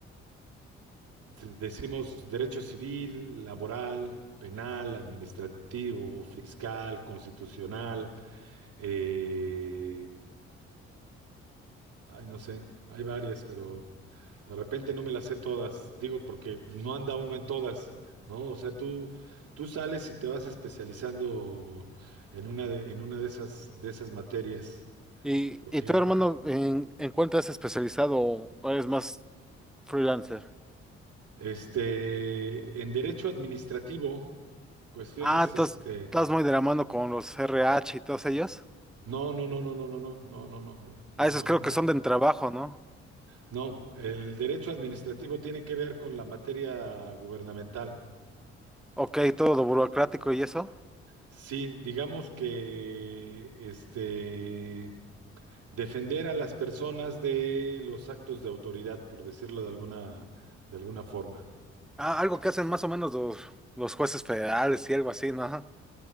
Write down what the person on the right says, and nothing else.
Decimos derecho civil, laboral, penal, administrativo, fiscal, constitucional, eh, ay, no sé, hay varias, pero de repente no me las sé todas, digo, porque no anda uno en todas, ¿no? O sea, tú, tú sales y te vas especializando en una de, en una de esas, de esas materias,
porque
este, en derecho administrativo, cuestiones,
este,
No, no, no, no, no, no, no, no, no, no, no,
no, no,
no.
No, el derecho administrativo tiene que ver con la materia gubernamental.
Sí, digamos que este defender a las personas de los actos de autoridad, por decirlo de alguna de alguna forma.